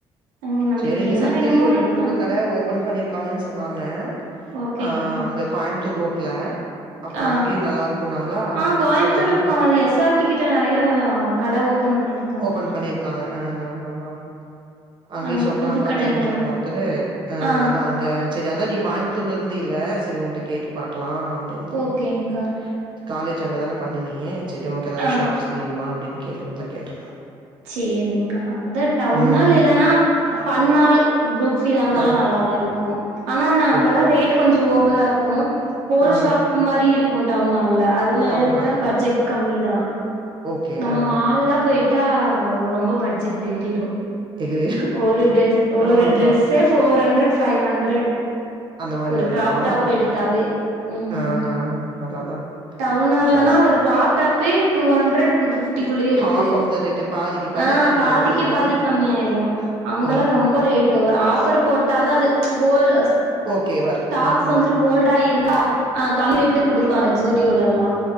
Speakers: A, on the right; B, on the right.
A: அங்க நம்மளுக்கு
B: சரி இங்க
A: என்ன
B: சத்திலயு
A: வேணுமோ
B: ஒரு ரெண்டு
A: எல்லா
B: மூணு கட ஓபன் பண்ணிருக்காங்கன்னு சொன்னாங்க
A: ஓகேங்க்கா
B: ஆ அங்க கோயமுத்தூர் ரோட்ல அப்றோ
A: ஆ
B: அங்கேயு நல்லா இருக்குன்னாங்களா
A: ஆ கோயம்புத்தூர்
B: சேரி அதா
A: எஸ் ஆர் டி கிட்ட நெறைய கட ஓபன் பண்ணியிருக்
B: ஓபன் பண்ணிருக்காங்க ஆ அதா அங்கேயு
A: அங்க
B: சொன்னாங்களா
A: புது கடைங்கல்லா
B: தெரிஞ்சவங்க
A: இருக்கு
B: ஒருத்தரு
A: ஆ
B: அதான்ங் சரி அதா நீ கோயம்புத்தூர்ல இருந்தில்ல சரி உன்கிட்ட கேட்டு பாக்கலா அப்படின்னுதா
A: ஓகேங்க்கா
B: கேட்டே காலேஜ் அங்கதானே பண்ண நீ சரி உனக்கு ஏதாவது
A: ஆ
B: ஷாப்ஸ் தெரியுமா அப்படின்னு கேக்லாந்தா கேட்டே
A: சேரிங்க்கா அதா டவுனால்
B: ம்.
A: இல்லன்னா ஃபன்மால் குரூப் ஃபீல் அங்கல்லா
B: ஆ.
A: நல்லாதா இருக்கு ஆனானா அங்கதா
B: ஓகே.
A: ரோட் கொஞ்ச ஓவரா இருக்கு ஹோல்
B: ஆ.
A: ஷாப் மாரி இருக் க்கு டவுன் ஹால்ல அதுல
B: டவுன்
A: எடுத்தா
B: ஹால்ல.
A: பட்ஜெட் கம்மி தா
B: ஓகே.
A: நம்ம
B: ஆ.
A: மால்லா போயிட்டா ரொம்ப பட்ஜெட் எகிரிரு
B: எகிறி
A: ஒரு ட ஒரு
B: ஆமா.
A: ட்ரெஸ்ஸே போர் ஹண்ட்ரட் ஃபைவ் ஹண்ட்ரட்
B: அந்த மாரி
A: ஒரு
B: வந்துரும்.
A: க்ராப் டாப் எடுத்தாவே ம்
B: ஆ அதான் அதான்.
A: டவுன்ஹால்லனா
B: சரி சரி.
A: ஒரு க்ராப் டாப்பே டூ ஹண்ட்ரட் டூ ஃபிஃப் ட்டிக்குள்ளேயே இருக்கு
B: ஹால்ஃப் ஆஃப் த ரேட்டு பாதிக்கு பாதி
A: ஆ
B: கம்மியாகுது.
A: பாதிக்கி
B: ஆ.
A: பாதி கம்மியாயிரு அங்கெல்லா
B: ஆ.
A: ரொம்ப ரேட் ஒரு ஆஃபர் போட்டாதா அது ஹோல்
B: ஓகேவா இருக்கும்.
A: டாப்ஸ்
B: ம்.
A: வந்து ஹோல் ஆ இருந்தா அ கம்மி ரேட்டுக்கு குடுப்பாங்க ஜூடியோலல்லா